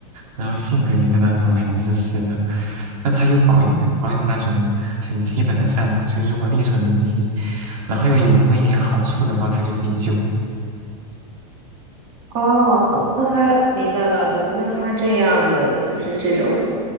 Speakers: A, on the right; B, on the right.
A: 然后性格也是那种很自私的，但他又保有保有那种很基本的善良，就如果力所能及，然后又有那么一点好处的话，他就会救。
B: 哦，那他明白了。我觉得他这样的就是这种